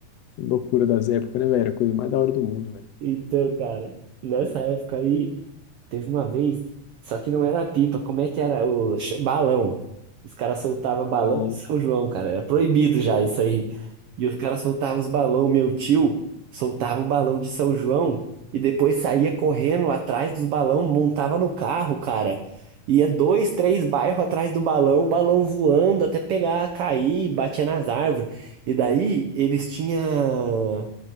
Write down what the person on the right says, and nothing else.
Então, cara, nessa época aí, teve uma vez, só que não era pipa, como é que era? O ch- balão. Os caras soltavam balão
de São João, cara, era proibido
já
isso aí. E os caras soltavam os balão, meu tio soltava o balão de São João e depois saía correndo atrás dos balão, montava no carro, cara. Ia dois, três bairros atrás do balão, o balão voando até pegar, cair, batia nas árvores. E daí eles tinham.